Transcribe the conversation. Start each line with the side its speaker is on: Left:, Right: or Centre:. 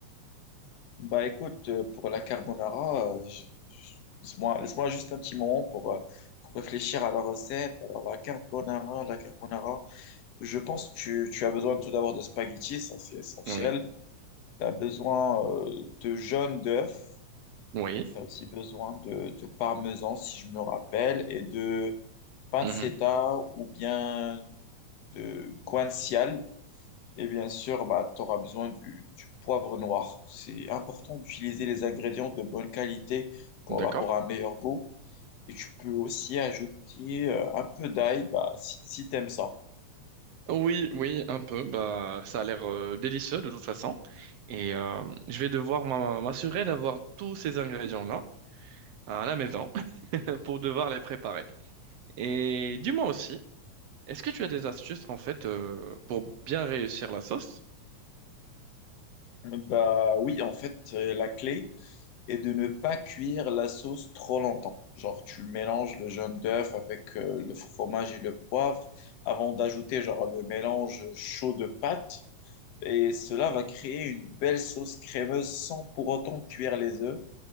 Left: Bah écoute, euh, pour la carbonara, euh, je- je- laisse-moi laisse-moi juste un petit moment pour, euh, pour réfléchir à la recette. Alors, la carbonara, la carbonara, je pense que tu, tu as besoin tout d'abord de spaghettis, ça c'est essentiel.
Right: Oui.
Left: Tu as besoin euh, de jaune d'œuf,
Right: Oui.
Left: tu as aussi besoin de, de parmesan, si je me rappelle, et de pancetta
Right: Mhm.
Left: ou bien de guanciale. Et bien sûr, bah, tu auras besoin du, du poivre noir. C'est important d'utiliser les ingrédients de bonne qualité pour,
Right: D'accord.
Left: bah, pour un meilleur goût. Et tu peux aussi ajouter euh, un peu d'ail bah, si, si tu aimes ça.
Right: Oui, oui, un peu. Bah, ça a l'air euh, délicieux, de toute façon. Et euh, je vais devoir m'a- m'assurer d'avoir tous ces ingrédients-là à la maison <laughs> pour devoir les préparer. Et dis-moi aussi. Est-ce que tu as des astuces en fait euh, pour bien réussir la sauce?
Left: Bah oui, en fait, euh, la clé est de ne pas cuire la sauce trop longtemps. Genre, tu mélanges le jaune d'œuf avec euh, le fromage et le poivre avant d'ajouter genre le mélange chaud de pâtes. Et cela va créer une belle sauce crémeuse sans pour autant cuire les œufs.